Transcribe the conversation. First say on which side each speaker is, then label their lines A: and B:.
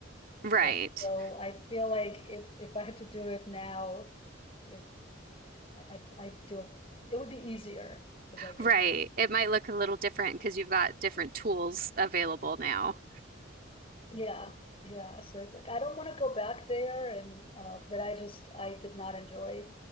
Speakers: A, on the right (about 45°); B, on the left (about 30°).
A: Right.
B: And so I feel like if if I had to do it now, it I, I, I do it, it would be easier because I could
A: Right.
B: help.
A: It might look a little different because you've got different tools available now.
B: Yeah, yeah. So it's like, I don't want to go back there and, uh, but I just, I did not enjoy